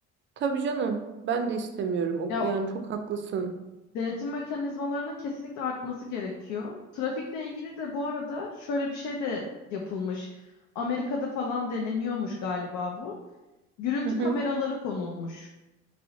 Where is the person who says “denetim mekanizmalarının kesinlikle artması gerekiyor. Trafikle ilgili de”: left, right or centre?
Left